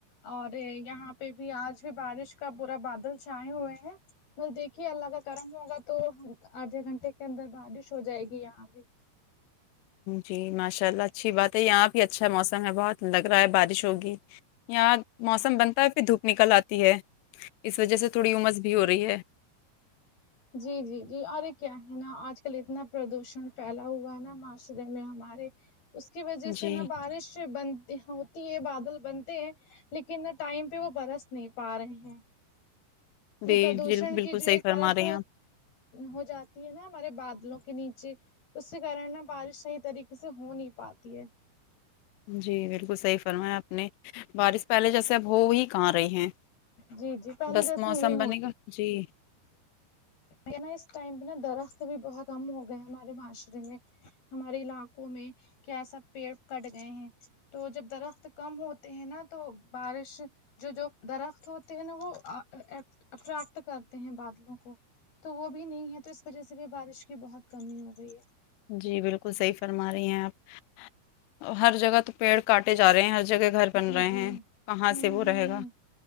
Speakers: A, on the left; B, on the left.
A: اریگ یہاں پہ بھی آج بھی بارش کا پورا بادل چھائے ہوئے ہیں بس دیکھیے اللہ کا کرم ہوگا تو آدھے گھنٹے کے اندر بارش ہو جائے گی یہاں بھی
B: جی ماشاء اللہ اچھی بات ہے یہاں بھی اچھا موسم ہے بہت لگ رہا ہے بارش ہوگی یہاں موسم بنتا ہے پھر دھوپ نکل آتی ہے اس وجہ سے تھوڑی امس بھی ہو رہی ہے
A: جی جی جی ارے کیا ہے نا آج کل اتنا پردوشن پھیلا ہوا ہے نا معاشرے میں ہمارے اس کی وجہ سے
B: جی
A: نا بارش سے بند ہوتی ہے بادل بنتے ہیں لیکن ٹائم پہ وہ برس نہیں پا رہے ہیں یہ
B: جی
A: پردوشن
B: بالکل
A: کی جو
B: صحیح
A: ایک
B: فرما
A: پرت
B: رہے ہیں آپ
A: ہو جاتی ہے نا ہمارے بادلوں کے نیچے اسی کارن نا بارش صحیح طریقے سے ہو نہیں پاتی ہے
B: جی بالکل صحیح فرمایا اپ نے بارش پہلے جیسے اب ہو وہی کہاں رہی ہیں
A: جی جی پہلے
B: بس
A: جیسے
B: موسم
A: نہیں ہوتی
B: بنے گا جی
A: یہ نا اس ٹائم پہ نا درخت بھی بہت کم ہو گئے ہمارے معاشرے میں ہمارے علاقوں میں کیا سب پیڑ کٹ گئے ہیں تو جب درخت کم ہوتے ہیں نا تو بارش جو جو درخت ہوتے ہیں نا وہ ا اٹریکٹ کر تے ہیں بادلوں کو تو وہ بھی نہیں ہے تو اس وجہ سے بھی بارش کی بہت کمی ہو گئی ہے
B: جی بالکل صحیح فرما رہی ہیں آپ ہر جگہ تو پیڑ کاٹے جا رہے ہیں آج جگہ گھر بن
A: جی
B: رہے
A: جی
B: ہیں
A: ہوں
B: کہاں سے وہ رہے
A: ہوں
B: گا